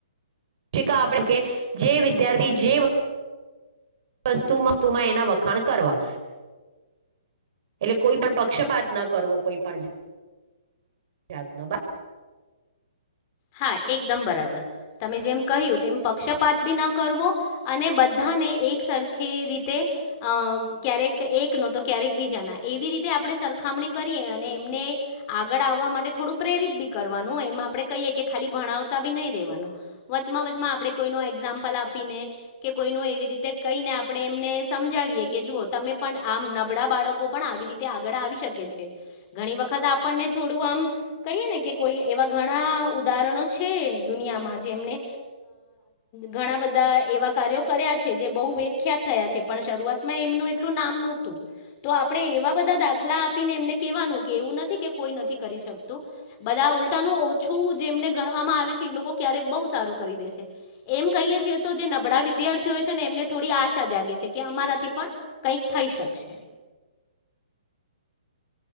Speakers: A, on the right (about 55°); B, on the left (about 35°).
A: શિક્ શિકા આપણે કે જે વિદ્યાર્થી જે બસતું મસ્તુમાં એના વખાણ કરવા એટલે કોઈ પણ પક્ષપાત ન કરવો કોઈ પણણ જાતનોબ
B: હા એકદમ બરાબર તમે જેમ કહ્યું તેમ પક્ષપાત બી ન કરવો અને બધા એક સરખી રીતે ક્યારેક એક ન તો ક્યારેક બીજાના એવી રીતે આપણે સરખામણી કરીએ અને એમને આગળ આવવા માટે થોડું પ્રેરિત બી કરવાનું એમાં આપણે ભણતા નહી વમાં વ આપ કો એામ આપી એવી રીતે કહીને આપણે એમને સમજાવીએ કે જુઓ તમે પણ આમ નબળા બાળકો પણ આવી રીતે આળ આવી શકે છે ઘણી વખત આપણને થોડું આમ કહીએ ને કે કોઈ એવા ઉદાહરણો છે દુનિયામાં જેમને ઘણા બધા એવા કાર કર છે જે બહુ વિખ્યાત થયા છે પણ શરૂઆતમાં એમનું એટલું નામ નહતું તો આપણે એવા બધા દાખલા આપીને એમને કહેવાનું કે એવું નથી કે કોઈ નથી કરી શકતું બધા ઉલટાનું છું જેમને ગણવામાં આવે છે એ લોકો ક્યારેક બહ સારું કરી દે છે એમ કહીએ છે તો જે નબળા વિ વિદ્યાર્થીઓ છે ને એમને થોડી આશા જાગે છે કે અમારાથી પણ કંઈક થઈ શકશે